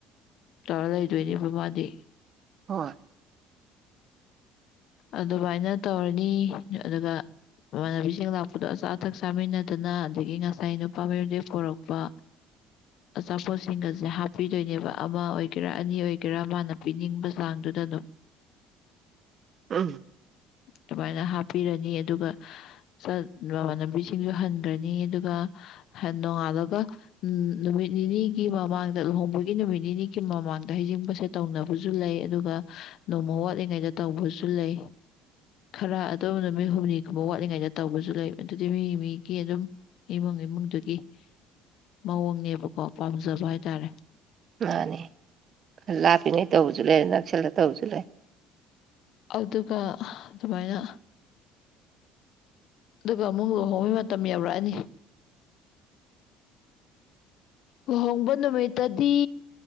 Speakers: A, on the left; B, on the right.
A: ꯇꯧꯔ ꯂꯩꯗꯣꯏꯅꯦꯕ ꯃꯥꯗꯤ
B: ꯍꯣꯏ
A: ꯑꯗꯨꯃꯥꯏꯅ ꯇꯧꯔꯅꯤ ꯑꯗꯨꯒ ꯃꯃꯥꯟꯅꯕꯤꯁꯤꯡ ꯂꯥꯛꯄꯗꯣ ꯑꯆꯥ ꯑꯊꯛ ꯆꯥꯃꯤꯟꯅꯗꯅ ꯑꯗꯒꯤ ꯉꯁꯥꯏ ꯅꯨꯄꯥ ꯃꯌꯨꯝꯗꯒꯩ ꯄꯣꯔꯛꯄ
B: <inaudible>
A: ꯑꯆꯥꯄꯣꯠꯁꯤꯡꯒꯁꯦ ꯍꯥꯞ ꯄꯤꯗꯣꯏꯅꯦꯕ ꯑꯃ ꯑꯣꯏꯒꯦꯔꯥ ꯑꯅꯤ ꯑꯣꯏꯒꯦꯔꯥ ꯃꯥꯅ ꯄꯤꯅꯤꯡꯕ ꯆꯥꯡꯗꯨꯗ ꯑꯗꯨꯝ
B: ꯑꯝ
A: ꯑꯗꯨꯃꯥꯏꯅ ꯍꯥꯞꯄꯤꯔꯅꯤ ꯑꯗꯨꯒ ꯆꯠ ꯃꯃꯥꯟꯅꯕꯤꯁꯤꯡꯁꯨ ꯍꯟꯒ꯭ꯔꯅꯤ ꯑꯗꯨꯒ ꯍꯟ ꯅꯣꯡꯉꯥꯜꯂꯒ ꯎꯝ ꯅꯨꯃꯤꯠ ꯅꯤꯅꯤꯒꯤ ꯃꯃꯥꯡ ꯂꯨꯍꯣꯡꯕꯒꯤ ꯅꯨꯃꯤꯠ ꯅꯤꯅꯤꯒꯤ ꯃꯃꯥꯡꯗ ꯍꯩꯖꯤꯡꯄꯣꯠꯁꯦ ꯇꯧꯅꯕꯁꯨ ꯂꯩ ꯑꯗꯨꯒ ꯅꯣꯡꯃ ꯋꯥꯠꯂꯤꯉꯩꯗ ꯇꯧꯕꯁꯨ ꯂꯩ ꯈꯔ ꯑꯗꯨꯝ ꯅꯨꯃꯤꯠ ꯍꯨꯝꯅꯤꯒꯨꯝꯕ ꯋꯥꯠꯂꯤꯉꯩꯗ ꯇꯧꯕꯁꯨ ꯂꯩ ꯑꯗꯨꯗꯤ ꯃꯤ ꯃꯤꯒꯤ ꯑꯗꯨꯝ ꯏꯃꯨꯡ ꯏꯃꯨꯡꯗꯨꯒꯤ ꯃꯑꯣꯡꯅꯦꯕꯀꯣ ꯄꯥꯝꯖꯕ ꯍꯥꯏꯇꯥꯔꯦ
B: ꯃꯥꯟꯅꯤ ꯂꯥꯞꯄꯤꯉꯩ ꯇꯧꯕꯁꯨ ꯂꯩ ꯅꯛꯁꯜꯂ ꯇꯧꯕꯁꯨ ꯂꯩ
A: ꯑꯗꯨꯒ ꯍꯥ ꯑꯗꯨꯃꯥꯏꯅ ꯑꯗꯨꯒ ꯑꯃꯨꯛ ꯂꯨꯍꯣꯡꯕꯩ ꯃꯇꯝ ꯌꯧꯔꯛꯑꯅꯤ ꯂꯨꯍꯣꯡꯕ ꯅꯨꯃꯤꯠꯇꯗꯤ